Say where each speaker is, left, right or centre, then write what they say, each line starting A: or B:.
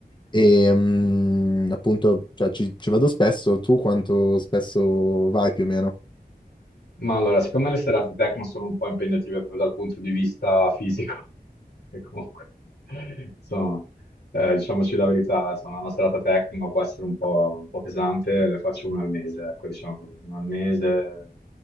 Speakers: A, on the left; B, on the left.
A: e mm, appunto, cioè, ci, ci vado spesso, tu quanto spesso vai più o meno?
B: Ma allora, siccome le serate techno sono un po' impegnative proprio dal punto di vista fisico, <laughs> e comunque, insomma, eh, diciamoci la verità, insomma, una serata techno può essere un po', un po' pesante, le faccio una al mese, ecco, diciamo, così, una al mese,